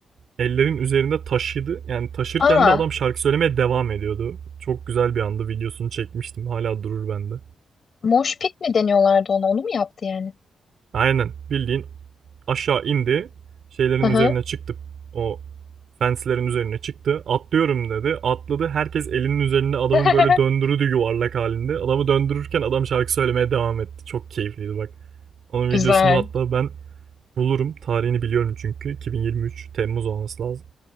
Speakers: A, on the right (about 55°); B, on the left (about 45°).
A: ellerin üzerinde taşıdı. Yani taşırken
B: Aa,
A: de adam şarkı söylemeye devam ediyordu. Çok güzel bir andı. Videosunu çekmiştim. Hala durur bende.
B: mosh pit mi deniyorlardı ona? Onu mu yaptı yani?
A: Aynen. Bildiğin aşağı indi. Şeylerin
B: Hı hı.
A: üzerine çıktı. O fenslerin üzerine çıktı. Atlıyorum dedi. Atladı. Herkes elinin üzerinde adamı
B: <laughs>
A: böyle döndürdü yuvarlak halinde. Adamı döndürürken adam şarkı söylemeye devam etti. Çok keyifliydi bak. Onun
B: Güzel.
A: videosunu hatta ben bulurum. Tarihini biliyorum çünkü. 2023 Temmuz olması lazım.